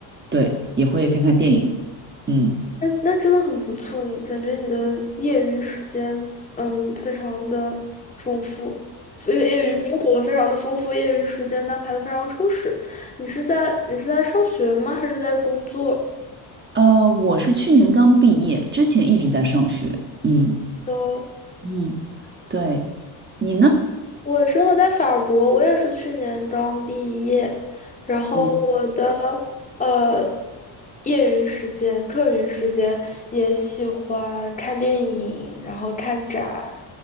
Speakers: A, on the right (about 25°); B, on the left (about 20°).
A: 对，也会看看电影。嗯，
B: 那真的很不错呢，感觉你的业余时间，嗯，非常的丰富，业业余生活非常的丰富，业余时间安排的非常充实。你是在你是在上学吗？还是在工作？
A: 呃，我是去年刚毕业，之前一直在上学。嗯
B: 的，
A: 嗯，对，你呢？
B: 我生活在法国，我也是去年刚毕业，然后我的
A: 嗯
B: 呃业余时间、课余时间也喜欢看电影，然后看展。